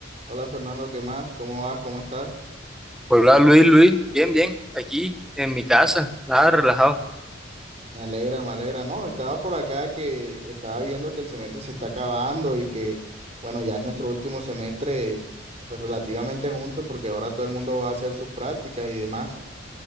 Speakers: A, on the right; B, in the centre.
A: Hola Fernando, ¿qué más? ¿Cómo vas? ¿Cómo estás?
B: Hola Luis, Luis, bien, bien, aquí en mi casa, nada, relajado.
A: Me alegra, me alegra. No, estaba por acá que estaba viendo que el semestre se está acabando y que, bueno, ya es nuestro último semestre, pues relativamente juntos, porque ahora todo el mundo va a hacer sus prácticas y demás.